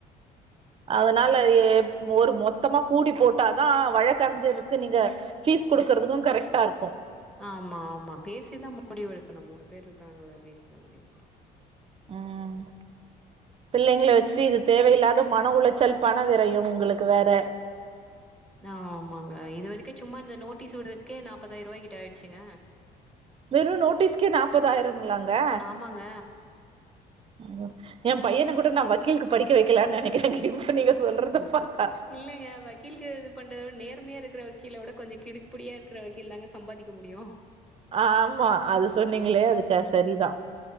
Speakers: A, on the right; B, in the centre.
A: அதனால ஒரு மொத்தமா கூடி போட்டாதா வழக்கறிஞதுக்கு நீங்க ஃபீஸ் கொடுக்குறதுக்கு கரெக்ட்டா இருக்கூ
B: ஆமா ஆமா பேசிதா முடிவவுெடுக்கணு மூணு பேர் இருக்காங்கள பேசிதா முடிவவு எடுப்போ அ <inaudible>
A: ம் பிள்ளைங்கள வச்சுட்டு இது தேவையில்லாத மன உளைச்சல் பண விரையம் உங்களுக்கு வேற
B: ஆமாங்க இது வரைக்கும் சும்மா இந்த நோட்டீஸ் விடுறதுக்கே நாப்பதாயிர ரூவாய்க்கிட்ட ஆயிடுச்சுங்க
A: வெறு நோட்டீஸ்க்கே நாப்பதாயிரங்களாங்க
B: ஆமாங்க.
A: யோ என் பையனை கூட நா வக்கீலுக்கு படிக்க வைக்கலாம்னு நெனைக்கிறே இப்ப நீங்க சொல்றத பாத்தா
B: இல்லைங்க வக்கீல்க்கு பண்றதோட நேர்மையா இருக்ற வக்கீல விட கொஞ்சோ கிடுக்குப்புடியா இருக்க வக்கீல் தாங்க சம்பாதிக்க முடியு
A: ஆமா அது சொன்னீங்களே அதுக்கு கஸ் செரிதா